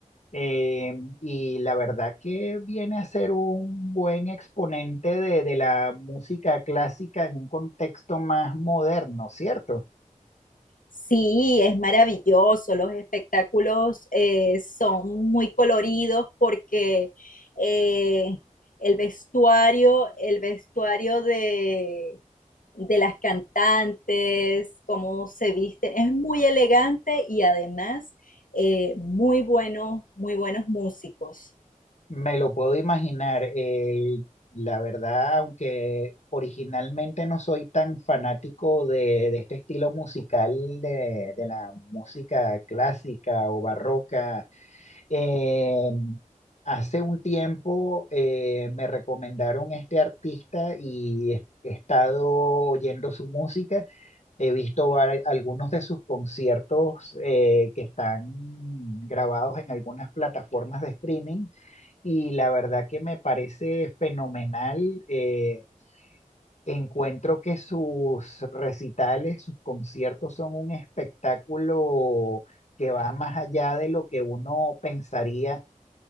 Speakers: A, on the left; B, on the left.
A: eh, y la verdad que viene a ser un buen exponente de, de la música clásica en un contexto más moderno, ¿cierto?
B: Sí, es maravilloso, los espectáculos eh, son muy coloridos porque eh, el vestuario, el vestuario de, de las cantantes, cómo se visten, es muy elegante y además eh, muy buenos, muy buenos músicos.
A: Me lo puedo imaginar. eh, la verdad, aunque originalmente no soy tan fanático de, de este estilo musical de, de la música clásica o barroca, eh, hace un tiempo eh, me recomendaron este artista y he, he estado oyendo su música. He visto vari- algunos de sus conciertos eh, que están grabados en algunas plataformas de streaming y la verdad que me parece fenomenal. eh, encuentro que sus recitales, sus conciertos son un espectáculo que va más allá de lo que uno pensaría